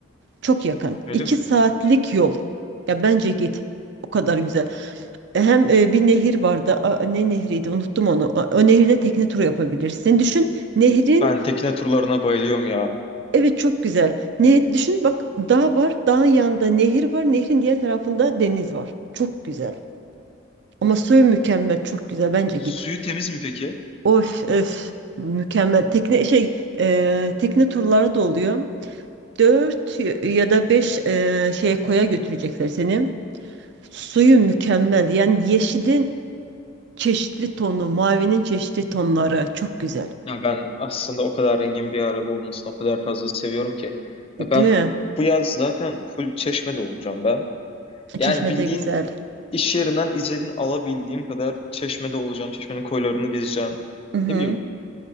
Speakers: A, on the right; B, on the left.
A: Çok yakın.
B: öyle
A: İki
B: mi?
A: saatlik yol. Ya bence git. O kadar güzel. E, Hem e, bir nehir vardı. A- ne nehriydi? Unuttum onu. O, o nehirde tekne turu yapabilirsin. Düşün nehrin
B: Ben tekne turlarına bayılıyorum ya.
A: evet çok güzel. Ne düşün bak dağ var. Dağın yanında nehir var. Nehrin diğer tarafında deniz var. Çok güzel. Ama Söğüt mükemmel. Çok güzel. Bence
B: Suyu
A: git.
B: temiz mi peki?
A: Of öf. Mükemmel. Tekne şey e, tekne turları da oluyor. Dört ya da beş e, şeye koya götürecekler seni. Suyu mükemmel. Yani yeşilin çeşitli tonu, mavinin çeşitli tonları çok güzel.
B: Ya ben aslında o kadar rengin bir arada olmasını o kadar fazla seviyorum ki.
A: Değil
B: E Ben
A: mi?
B: bu yaz zaten full Çeşme'de olacağım ben. Yani
A: Çeşme
B: bildiğin
A: de güzel.
B: iş yerinden izin alabildiğim kadar Çeşme'de olacağım. Çeşme'nin koylarını gezeceğim.
A: Hı-hı.
B: Ne bileyim